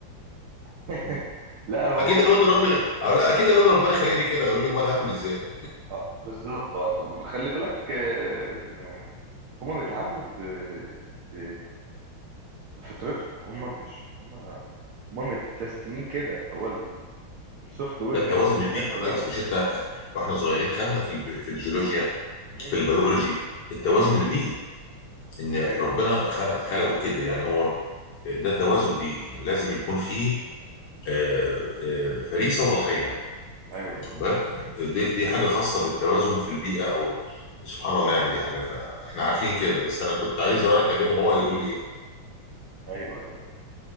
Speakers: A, on the right; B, on the left.
A: <laughs>
B: مم.
A: لا هو
B: اكيد هيقول
A: بص
B: لي ربي أقول- اكيد هيقول لي ربنا خلقني كده يقول لي امال هاكل ازاي
A: آه، بالظبط آه، خلي بالك آه، م- هما بيتعاملوا ب... ب... بفطرتهم هما مش هما هما متسيستمين كده هو ال... السوفت وير
B: ده التوازن
A: نازل بالشكل
B: البيئي يا
A: دوت
B: ريس مش انت واحنا صغيرين خدنا في الب... في الجيولوجيا
A: مم،
B: في البيولوجي التوازن
A: مم.
B: البيئي ان
A: ايوه بالظبط
B: ربنا خلق خلقه كده يعني هو ده توازن بيئي لازم يكون فيه آه، آه، فريسه وضحيه
A: ايوه بالظبط
B: واخد بالك دي, دي حاجه خاصه بالتوازن في البيئه او سبحان الله يعني دي حاجه فاحنا عارفين كده بس انا كنت عايز لو انا اكلمه هو هيقول لي ايه
A: ايوه ايوه